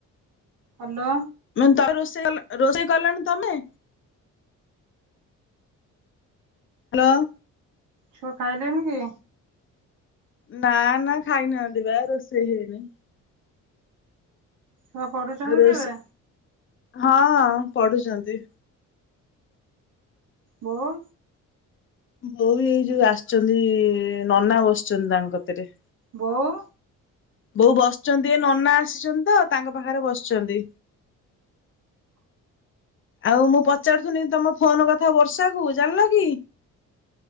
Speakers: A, on the right; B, on the left.
A: ହ୍ୟାଲୋ।
B: ମାନେ ତମେ ରୋଷେଇ ରୋଷେଇ କଲଣି ତମେ? ହ୍ୟାଲୋ।
A: ଛୁଆ ଖାଇଲେନି କି?
B: ନା ନା ଖାଇନାହାନ୍ତି ବା ରୋଷେଇ ହେଇନି।
A: ଛୁଆ ପଢୁଛନ୍ତି
B: ଆଉ ରୋଷେଇ
A: କେବେ
B: ହଁ ପଢୁଛନ୍ତି।
A: ମୁଁ
B: ବୋଉ ଏଇ ଯୋଉ ଆସିଛନ୍ତି ନନା ବସିଛନ୍ତି ତାଙ୍କତରେ।
A: ବୋଉ।
B: ବୋଉ ବସିଛନ୍ତି ଏ ନନା ଆସିଛନ୍ତି ତ ତାଙ୍କ ପାଖରେ ବସିଛନ୍ତି। ଆଉ ମୁଁ ପଚାରୁଥିଲି ତମ ଫୋନ କଥା ବର୍ଷା କୁ ଜାଣିଲ କି?